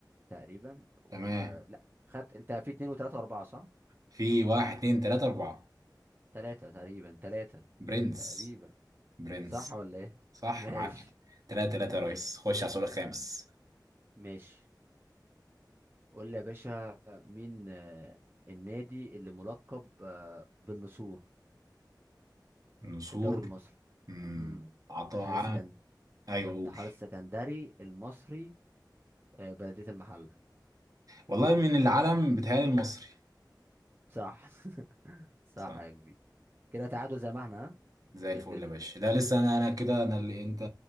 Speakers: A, on the right; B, on the right.
A: تقريبا ولا
B: تمام
A: خدت انت في اتنين وتلاتة واربعة صح؟
B: في واحد اتنين تلاتة أربعة
A: تلاتة تقريبا تلاتة
B: برنس
A: تقريبا
B: برنس
A: صح ولا ايه؟
B: صح
A: ماشي
B: يا معلم تلاتة تلاتة يا
A: ماشي
B: ريس خش على السؤال الخامس
A: ماشي قول لي يا باشا مين آه، النادي اللي ملقب آه، بالنسور
B: نسور
A: في الدوري المصري؟
B: امم
A: امم
B: عطاء
A: اتحاد
B: ع-
A: السكن
B: أيوه قول
A: اتحاد السكندري المصري آه، بلدية المحلة
B: والله من العلم بتهيألي المصري
A: صح <laughs> صح
B: صح
A: يا كبير كده تعادل زي ما احنا ها؟
B: زي
A: ولا
B: الفل
A: ايه الدنيا؟
B: يا باشا لا لسه انا انا كده انا اللي انت